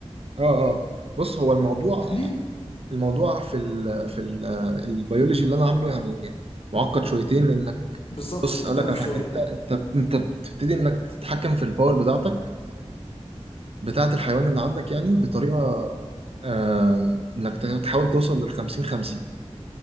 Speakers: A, on the right (about 60°); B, on the left (about 55°).
A: اه اه بص هو الموضوع
B: طب ليه
A: الموضوع في ال... في ال... البيولوجي اللي أنا عامله يعني معقد شويتين لأن
B: بالظبط
A: بص
B: مختلف
A: اقول لك على
B: شويه
A: حاجه انت انت انت بتبتدي انك تتحكم في الباور بتاعتك بتاعه الحيوان اللي عندك يعني بطريقه آه انك تحاول توصل لل 50 50